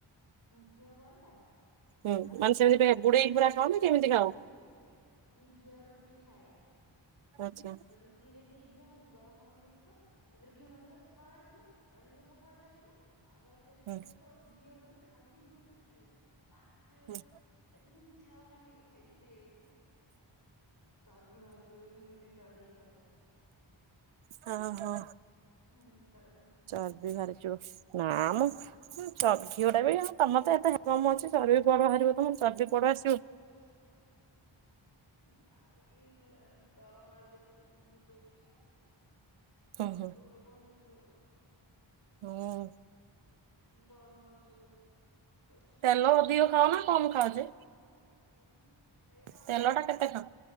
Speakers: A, on the left; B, on the right.
A: ଘିଅ ପରଟା
B: ହୁଁ
A: କଣ?
B: ମାନେ ସେ ଇଟା ବୁଡେଇକି ପୁରା ଖାଅନା କେମିତି ଖାଅ।
A: ମୁଁ ଘିଅ ରୁଟି ଖାଏ।
B: ଆଚ୍ଛା ହୁଁ
A: ରୁଟି ରେ ଟିକେ ଘିଅ ମାରିଦବୁ ଗରମ ଗରମ ରୁଟି ଥିବ ତା ଦେହରେ ଘିଅ ମାରିଦେଲେ ସେ ତରଳି ଯିବ। ତରଳି ଯିବ ସବୁଆଡେ ଲାଗିଯିବ ଆଉ ତାର ଟେଷ୍ଟ
B: ହୁଁ
A: ଲାଗିବ ଆଉ ଘିଅ ରୁଟି ଖାଲି ଘିଅ ରୁଟି ଖାଇବୁ ପାଟିରେ
B: ହୁଁ
A: ବ ଆଜି ମାନେ ଇଚ୍ଛା ହବ ଖାଲି ଖାଇବି ସି ହେ ବୋପା, ଚର୍ବି ବାହାରିଯିବବୋଲି ମୁଁ ସେଥିପାଇଁ ଡରିକି ଖାଉନି।
B: ହଁ, ହଁ
A: ହଁ ଡରିକି ଖାଉନି
B: ଚର୍ବି ବାହାରିଯିବ। ନା ମ ଘିଅ ଟା ବି ତମର ତ ଏତେଯଜ୍ଞ ହୋମ ଅଛି ଚବ଼ି ବାହାରିବ ତମ। ଚର୍ବି କୁଆଡୁ ଆସିବ।
A: ହାଏ। ନାଇଁ ଡର ମାଡୁଚି ଯୁଗକୁ ନେଇକି।
B: ହୁଁ ହୁଁ
A: କେତେବେଳେ କଣ ହେଇଯିବ।
B: ହୁଁ।
A: ଡର ମଡୁଚି ଏବେକୁ ଦେଖୁଛ
B: ତେଲ
A: ତ କେମିତି
B: ଅଧିକ
A: ହେଇଯାଉଛନ୍ତି।
B: ଖାଅ କମ
A: ନା-
B: ଖାଅ ଯେ
A: ତେଲ ସେଇଟା ଅଧିକ
B: ତେଲ ଟା
A: ଖାଏ
B: କେତେ ଖାଅ?